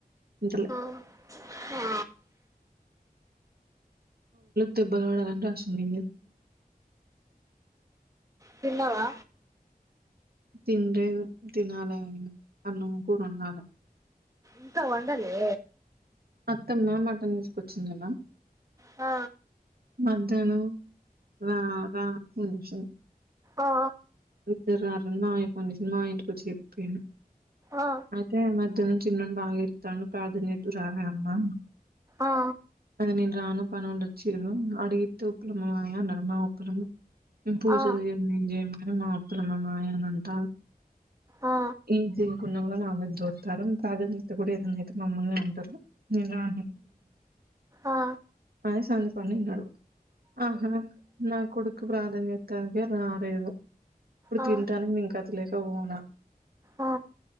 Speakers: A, on the right; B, on the right.
A: ఇంటలే
B: ఆ ఆ
A: దెబ్బలు వాడాలని రాసుంది
B: తిన్నావా
A: తినలేదు తినాలి అన్నం కూర వండాలే
B: ఇంకా వండలే
A: అత్తమ్మ మటన్ తీసుకొచ్చింది
B: ఆ
A: మధ్యాహ్నం రా రాపునుషన్
B: ఆ
A: ఇద్దరు రారని మా ఇయ ఫోన్ చేసింది మా ఇంటికి వచ్చి చెప్పాను
B: ఆ
A: అయితే మధ్యాహ్నం చిన్నడి బాగా ఇడతాను ప్రార్థన చేద్దు రగా అమ్మా
B: ఆ
A: అది నేను రాను పనులు వచ్చ్ర అడిగితే ఉప్పలమ మాయాన్నర్మా ఉప్పలమా పూజలు
B: ఆ
A: చే ఏం చేయ మా అప్పులు మా మాయ అని అంట
B: ఆ
A: ఈ జీకున్న కూడా నా దొతారు ప్రాధాన్యత కూడా ఏదనాయితే మమ్మల్ని అంటారు నేను రా
B: ఆ ఆ
A: అది సంధ పడి విన్నాడు ఆహా నా కొడుకు ప్రాధాన్యతనికి రాలేదు ఇప్పుడు
B: ఆ
A: తింటానికి ఇంకా గతిలేక పోనా
B: ఆ